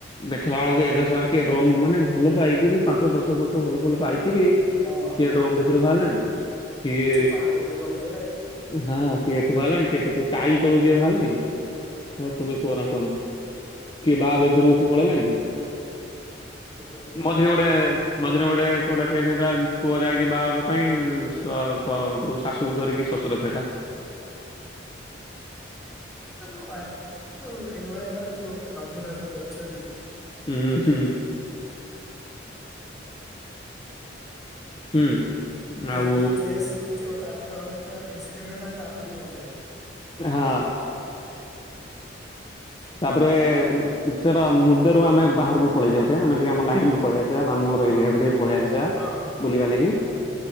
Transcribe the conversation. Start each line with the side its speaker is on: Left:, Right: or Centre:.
Left: ଦେଖିଲା ବେଳକୁ ଏବେ ଶଳା କିଏ ଡ୍ରମ୍, ମାନେ ଭଲ ପାଇକି ବି ପାଞ୍ଚ ଦଶ ବର୍ଷ ଭଲ ଭଲ ପାଇକି ବି
Centre: ହଁ।
Left: କିଏ ଡ୍ରମ ଭିତରୁ ବାହାରିଲଣି। କିଏ
Centre: ପାହାଡ ଉପରୁ ଗଳି ପଇଲାଣି
Left: ହ କିଏ ଏଠୁ ବାହାରିଲାଣି, କିଏ ସେଠୁ, ଟାଇ ତଳୁ କିଏ ବାହାରଲାଣି,
Centre: ହଁ
Left: ତୁମେ କୁହନା କୁହନା କିଏ ବାହା
Centre: ଭାଇ
Left: ବେଦୀରୁ ଉଠି ପଳେଇଲାଣି,
Centre: ବହୁତ ଡେଞ୍ଜର
Left: ମଝିରେ
Centre: ଏଇନା।
Left: ଗୋଟେ ମଝିରେ ଗୋଟେ ଗୋଟେ କେସ୍ ହେଇଥିଲା ପୁଅ ଯାଇଛି ବାହା ହବା ପାଇଁ, ସ-ସ ଶାଶୁକୁ ଧରିକି ଶ୍ୱଶୁର ଫେରା
Centre: ହ ଭାଇ ତୁ ଏଇଭଳିଆ ତୁ ହୋ ନମୁନା ସବୁ ଅଛନ୍ତି
Left: ହୁଁ ହୁଁ ହୁଁ।
Centre: ଗୋଟେ
Left: ଆଉ
Centre: ଯଦି କେସ୍ - ଥିବ ତାଠାରୁ ଆହୁରି ତ ଇନସିଡେଣ୍ଟ ଗୁଡାକ ଆହୁରି ମଜା।
Left: ହଁ।
Centre: ସେଇ
Left: ତାପରେ
Centre: ସ
Left: ସେଟା ମୁଦରୁ ଆମେ ବାହାରକୁ ପଳେଇ ଯାଉଛେ ଆମେ ଟିକେ ଆମ ଲାଇନ
Centre: ହଁ
Left: କି
Centre: ହଁ
Left: ପଳେଇ
Centre: ହଁ
Left: ଆାଉଛେ
Centre: ହଁ।
Left: ଯିବା ମାମୁଁ ଘର
Centre: ହଁ
Left: ଏରିଆକୁ
Centre: ମୁଁ ଲାଇନ୍
Left: ଟିକେ
Centre: କହ
Left: ପଳେଇ ଆସିବା
Centre: ହଁ ହଁ
Left: ବୁଲିି ବାଲିକି
Centre: ହଁ